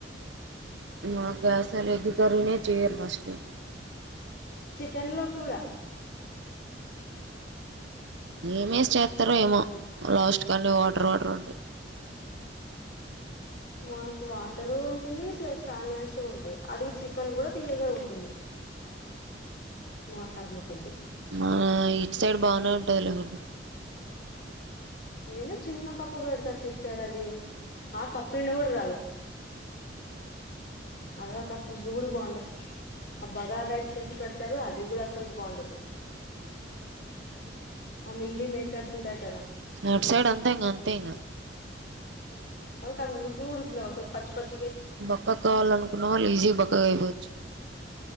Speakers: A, on the right; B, on the left.
A: మా క్యాసాలు ఎగ్ కర్రీ నే చెయరు ఫస్ట్
B: చికెన్ లో కూడా
A: ఏమేసి చేస్తారు ఏమో లాస్ట్ కాన్ని వాటర్ వాటర్ ఉంటయి
B: మాకు వాటరు ఉంటుంది ప్లస్ ఆనియన్స్ ఉంటాయి ఆది చికెన్ కూడా తీయగా ఉంటుంది మా కర్మ కొద్దీ
A: మన ఇట్ సైడ్ బాగునే ఉంటది లే ఫుడ్
B: ఏను చిన్న కప్పు బేడతారు సిస్టర్ అదిీ ఆ కప్పు నిండా కూడా రాదు అద ఒక ఫుడ్ కూడా బాగుండదు ఆ బగార్ రైస్ చేసి పెడతారు అది కూడా అసలుకి బాగుండదు ఆ మిల్లీ మేకర్స్ ఉంటాయి కదా
A: అటు సైడ్ అంతా ఇంగా అంతే ఇంగా
B: అక ఉడుక్కు ఉడుకునవా స్ పచ్ పచ్
A: బక్క కావాలి అనుకున్నా వాళ్ళు ఈజీ బక్ క గా అయిపోవచ్చు